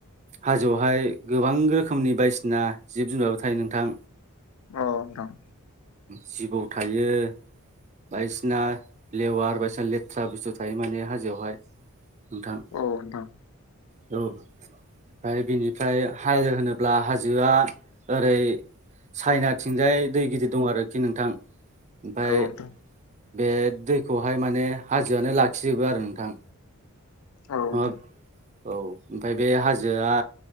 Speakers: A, on the right; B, on the left.
A: हाजोआवहाय गोबां रोखोमनि बायदिसिना जिब जुनाराबो थायो नोंथां
B: औ दं
A: जिबौ थायो बायदिसिना लेवार बायदिसिना लेथ्रा बुस्थु थायो माने हाजोआवहाय नोंथां
B: औ नों थां
A: औ ओमफ्राय बिनिफ्राय हाजो होनोब्ला हाजोआ ओरै सायनाथिंजाय दै गिदिर दं आरोखि नोंथां ओमफफ्राय
B: औ नोंथां
A: बे दैखौहाय माने हाजोआनो लाखिजोबो आरो नोंथां
B: औ नोंथां औ नोंथां
A: आरो औ ओमफ्राय बे हाजोआ